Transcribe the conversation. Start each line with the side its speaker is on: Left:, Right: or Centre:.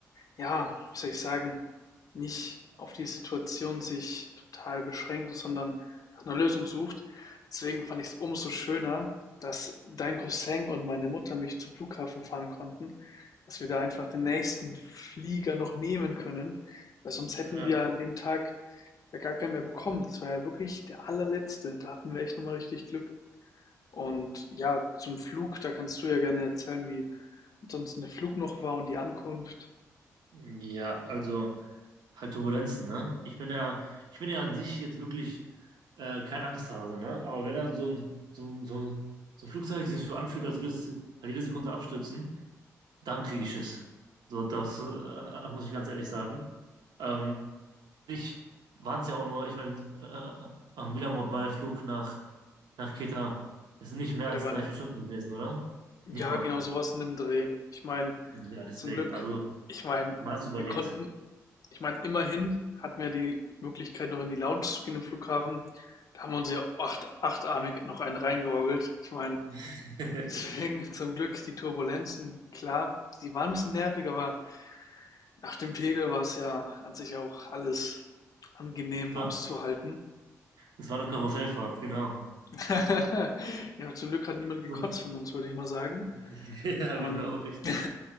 Left: ja, wie soll ich sagen, nicht auf die Situation sich total beschränkt, sondern nach einer Lösung sucht. Deswegen fand ich es umso schöner, dass dein Cousin und meine Mutter mich zum Flughafen fahren konnten, dass wir da einfach den nächsten Flieger noch nehmen können, weil sonst hätten
Right: Ja,
Left: wir an dem Tag ja gar keinen mehr bekommen. Das war ja wirklich der allerletzte. Da hatten wir echt nochmal richtig Glück. Und ja, zum Flug, da kannst du ja gerne erzählen, wie ansonsten der Flug noch war und die Ankunft.
Right: ja, also. halt Turbulenzen, ne? Ich bin ja, ich bin ja an sich jetzt wirklich äh, kein Angsthase, ne? Aber wenn dann so ein, so, ein- so, so ein Flugzeug sich so anfühlt, als würde es halt jede Sekunde abstürzen, dann kriege ich es. So, das äh, muss ich ganz ehrlich sagen. Ähm, ich waren es ja auch nur, ich meine, äh, am Milan war der Flug nach, nach Kreta ist nicht mehr
Left: Oder
Right: als
Left: wann
Right: drei, vier Stunden gewesen, oder?
Left: Ja,
Right: Nicht mal.
Left: genau so was in dem Dreh. Ich meine,
Right: Ja, deswegen,
Left: zum Glück
Right: also
Left: ich meine,
Right: man hat es überlebt.
Left: wir konnten ich meine, immerhin hatten wir die Möglichkeit, noch in die Lounge zu gehen im Flughafen. Da haben wir uns ja acht, achtarmig noch einen reingeorgelt. Ich meine,
Right: <laughs>
Left: deswegen <laughs> zum Glück die Turbulenzen, klar, die waren ein bisschen nervig, aber nach dem Pegel war es ja an sich ja auch alles angenehm
Right: Es war,
Left: auszuhalten.
Right: es war eine Karussellfahrt, genau.
Left: <laughs> Ja, zum Glück hat niemand gekotzt
Right: So,
Left: von uns, würde ich mal sagen.
Right: <laughs> Ja,
Left: Ähm,
Right: genau, richtig.
Left: <laughs>